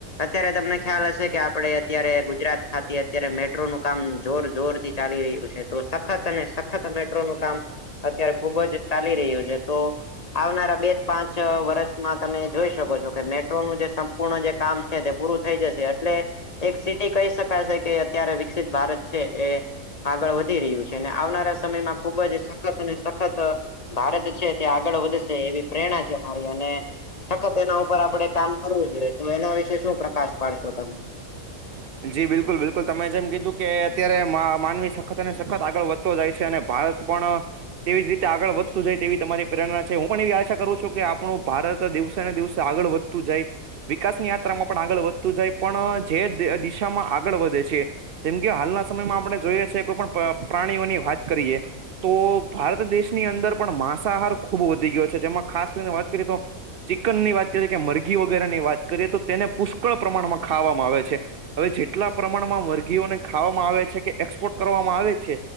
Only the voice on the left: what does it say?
અત્યારે તમને ખ્યાલ હશે કે આપડે અત્યારે ગુજરાત ખાતી અત્યારે મેટ્રોનુંું કામ જોર જોર ચાલી રહ્યું છે તો સખત અને સખત મેટ્રોનુંું કામ અત્યારે ખુબ જ ચાલી રહ્યું છે તો આવનારા બે પાંચ વર્ષમાં તમે જોઈ શકો છો કે મેટ્રોનુંું જે સંપૂર્ણ જે કામ તે પૂરું થઈ જશે એટલે એક સિટી કહી શકાશે કે અત્યારે વિકસિત ભારત છે એ આગળ વધી રહ્યું છે અને આવનારા સમયમાં ખુબ જ સખત અને સખત ભારત છે તે આગળ વધશે એવી પ્રેરણા છે મારી અને સખત એના ઉપર આપણેે કામ કરવું જોઈએ તો એના વિશે શું પ્રકાશ પાડશો તમે